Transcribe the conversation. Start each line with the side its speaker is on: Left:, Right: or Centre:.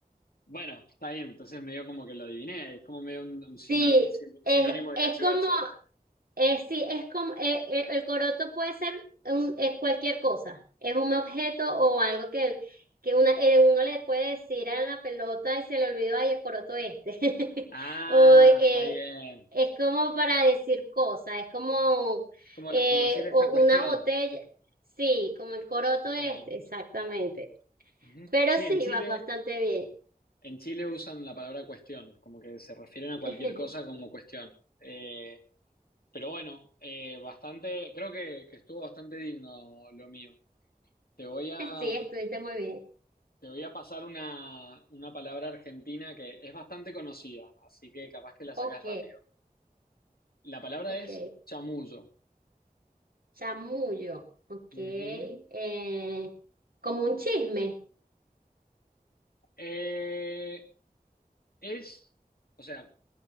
Left: Bueno, está bien, entonces medio como que lo adiviné, es como medio un, un sino-
Right: Sí,
Left: un sin-
Right: es,
Left: sinónimo de
Right: es
Left: cachivache,
Right: como,
Left: ¿no?
Right: Eh, sí, es como eh, eh, el coroto puede ser un- eh, cualquier cosa. Es un objeto o algo que, que una, eh, uno le puede decir a la pelota y se le olvidó, ay, el coroto este. <laughs>
Left: Ah,
Right: O eh,
Left: está bien.
Right: es como para decir cosas, es como
Left: Como,
Right: eh,
Left: lo- como decir esta
Right: o
Left: cuestión.
Right: una botella. Sí, como el coroto
Left: Está
Right: este,
Left: bien.
Right: exactamente.
Left: Ujú.
Right: Pero
Left: Sí,
Right: sí,
Left: en Chile,
Right: vas bastante bien.
Left: en Chile usan la palabra cuestión, como que se refieren a cualquier
Right: <laughs>
Left: cosa como cuestión. Eh, pero bueno, eh, bastante, creo que, que estuvo bastante digno lo mío. Te voy a,
Right: Sí, estuviste muy bien.
Left: Te voy a pasar una, una palabra argentina que es bastante conocida, así que capaz que la
Right: Ok,
Left: sacás rápido. La palabra
Right: ok.
Left: es chamuyo.
Right: Chamullo, ok. Eh,
Left: Ujú.
Right: como un chisme,
Left: Eh, es, o sea,